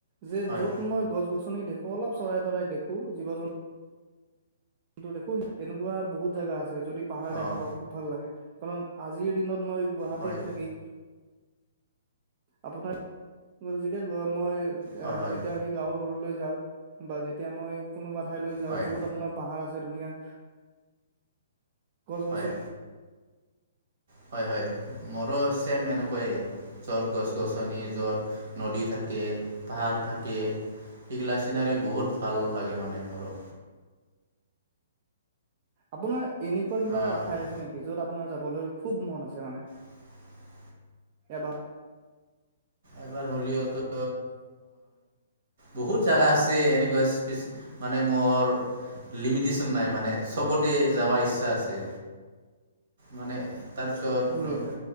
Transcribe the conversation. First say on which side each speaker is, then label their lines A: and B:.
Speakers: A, on the right; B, on the right.
A: যে
B: হয়
A: য'ত মই গছ-গছনি দেখো অলপ চৰাই তৰাই দেখো জীৱ- জন্তু দেখো তেনেকুৱা বহুত জোগা আছে যদি পাহাৰ দেখা
B: অঁ
A: পাওঁ খুব ভাল লাগে। কাৰণ আজিৰ দিনত মই গুৱাহাটীত
B: হয়
A: থাকি আপোনাৰ যেতিয়া মই
B: হয় হয়
A: যেতিয়া সেই গাঁৱৰ। ওলাই যাওঁ বা যেতিয়া মই কোনোবা ঠাইলৈ যাওঁ
B: হয়
A: য'ত আপোনাৰ পাহাৰ আছে ধুনীয়া। গছ-গছনি।
B: হয় হয় হয় মোৰো ছেম এনেক। <unintelligible> য'ত গছ-গছনি, য'ত নদী থাকে, পাহাৰ থাকে। সেইগিলা চিনাৰী বহুত ভাল লাগে মানে মোৰো।
A: আপোনাৰ এনেকুৱা কিবা
B: অ'
A: ঠাই আছে নেকি? য'ত আপোনাৰ যাবলৈ খুব মন আছে মানে।
B: <inaudible>
A: এবাৰ।
B: এবাৰ হলিয়টো। বহুত জাগা আছে এনেকুৱা স্পীচ মানে মোৰ লিমিটেচোন নাই মানে চবতে যাবা ইচ্ছা আছে মানে। তাৰপিছত
A: বুজিছে